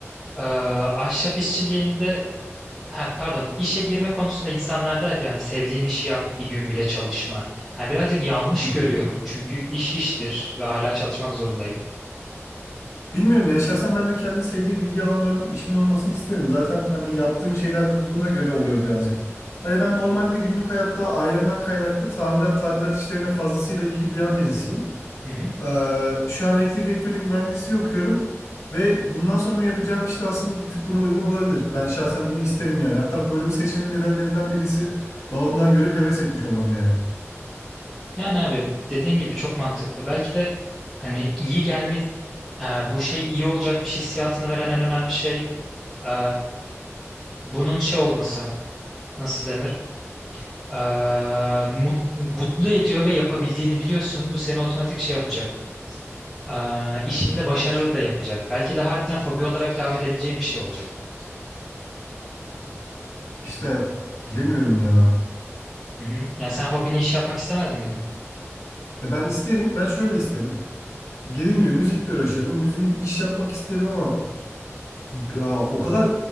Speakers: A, in the centre; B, on the left (about 75°).
A: Ee, ahşap işçiliğinde ha pardon işe girme konusunda insanlar der ya hani sevdiğin işi yap bir gün bile çalışma. Ha, birazcık yanlış
B: Hı hı.
A: görüyorum çünkü iş iştir ve hala çalışmak zorundayım.
B: Bilmiyorum ya şahsen ben de kendi sevdiğim ilgi alanlarımın işimin olmasını isterim. Zaten hani yaptığım şeyler de buna göre oluyor birazcık. Hani ben normalde günlük hayatta ailemden kaynaklı tamirat, tadilat işlerine fazlasıyla ilgi duyan birisiyim.
A: Hı hı.
B: Ee, şu an elektrik elektronik mühendisliği okuyorum ve bundan sonra yapacağım iş de aslında bir tık buna uygun olabilir. Ben şahsen bunu isterim yani. Hatta bu bölümü seçmemin nedenlerinden birisi babamdan görüp heves etmiş olmam yani.
A: Yani abi dediğin gibi çok mantıklı. Belki de hani iyi gelme, e, bu şey iyi olacakmış hissiyatını veren en önemli şey e, bunun şey olması. Nasıl denir? E, mut- mutlu ediyor ve yapabildiğini biliyorsun. Bu seni otomatik şey yapacak. E, işini de başarılı da yapacak. Belki de harbiden hobi olarak devam edebileceğin bir şey olacak.
B: İşte bilemiyorum ya.
A: Hı hı. Yani sen hobini iş yapmak istemez miydin?
B: Ya ben isterim. Ben şöyle isterim. Dediğim gibi müzikle uğraşıyorum. Müziğimi iş yapmak isterim ama ya, o kadar